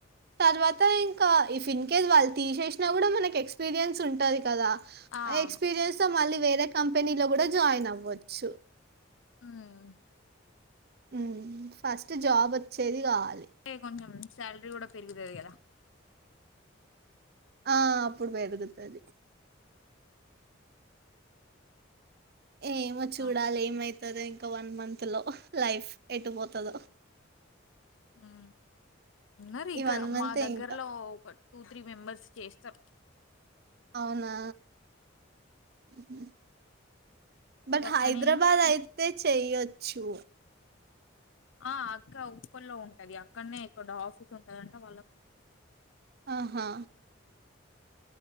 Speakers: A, on the right (about 50°); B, on the left (about 75°).
A: తర్వాత ఇంకా ఇఫ్ ఇన్ కేస్ వాళ్ళు తీచేచినా కూడా మనకి ఎక్స్పీరియన్స్ ఉంటది కదా
B: ఆ అవును
A: ఎక్స్పీరియన్స్ తో మళ్ళీ వేరే కంపెనీలో గూడా జాయిన్ అవ్వచ్చు.
B: ఉహు్మ్
A: హుహ్ ఫస్ట్ జాబ్ వచ్చేది గాల్
B: ఏ కొంచెం సాలరీ కూడా పెరుగుదది. గదా
A: ఆ అప్పుడు వేదుగుతది. ఏమో చూడాలే
B: అవును
A: ఏమైతదో ఇంకా వన్ మంత్ లో లైఫ్ ఎట్టు పోతదో.
B: ఉహ్ నర్ ఇక్కడ
A: ఈ మంతే
B: మా దగ్గరలో
A: ఇంకా.
B: ఒక టూ త్రీ మెంబెర్స్. ఏస్తర్
A: అవునా హుహ్ బట్
B: ఒక అక్కనేమో
A: హైద్రాబాద్ అయితే చేయొచ్చు.
B: ఆ అక్క ఉప్పలో ఉంటది. అక్కడనే ఎక్కడో ఆఫీస్ ఉంటదంట వాళ్ళక్
A: ఆహా